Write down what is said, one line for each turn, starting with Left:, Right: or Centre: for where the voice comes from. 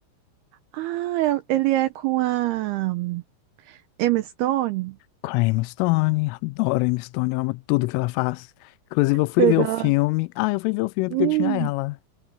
Right: Ah, el- ele é com a Emma Stone?
Left: Com a Emma Stone. Adoro a Emma Stone, eu amo tudo que ela faz. Inclusive, eu fui
Right: Você
Left: ver
Right: gosta?
Left: o filme. Ah, eu fui ver o filme porque
Right: Hum.
Left: tinha ela.